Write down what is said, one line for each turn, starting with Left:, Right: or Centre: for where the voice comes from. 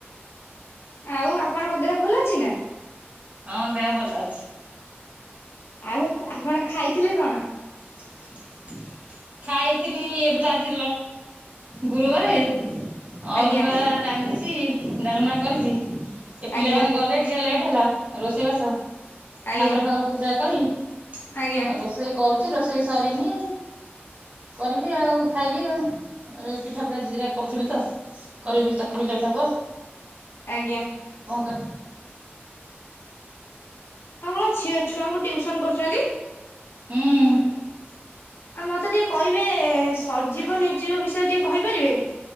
Left: ଆଉ ଆପଣଙ୍କ ଦେହ ଭଲ ଅଛି ନା?
Right: ହଁ ଦେହ ଭଲ ଅଛି।
Left: ଆଉ ଆପଣ ଖାଇଥିଲେ କଣ?
Right: <unintelligible> ଖାଇଥିଲି ଏବେ ତ ଆଜି ଗୁରୁବାରେ। ଅରୁଆ
Left: ଆଜ୍ଞା
Right: ରାନ୍ଧିଚି ଡାଲମା କରିଚି ଏ ପିଲାମାନୋନ
Left: ଆଜ୍ଞା
Right: ଗଲେ ଟିକେ ଲେଟ୍। ହେଲା ରୋଷେଇ ବାସ
Left: ଆଜ୍ଞା
Right: ଠାକୁର ଫାକୁର ପୂଜା କରି
Left: ଆଜ୍ଞା
Right: ଆଉ ରୋଷେଇ କରୁଚି ରୋଷେଇ ସରିନି କରିବି ଆଉ ଖାଇବି ଆଉ। ଏ ପିଠା ପିରା ଦିଇ ଦିଇଟା କରୁଥିଲି ତ କରିବି ତାକୁ ବି ଲେଟ୍ ହବ।
Left: ଆଜ୍ଞା।
Right: କଣ କରୁ
Left: ଆପଣ ପା ଛି ଛୁଆଙ୍କୁ ଟିଉସନ କରୁଚନ୍ତି?
Right: ହୁଁ।
Left: ଆଉ ମତେ ଟିକେ କହିବେ ସର୍ଜିବ ନିର୍ଜୀବ ବିଷୟରେ ଟିକେ କହିପାରିବେ?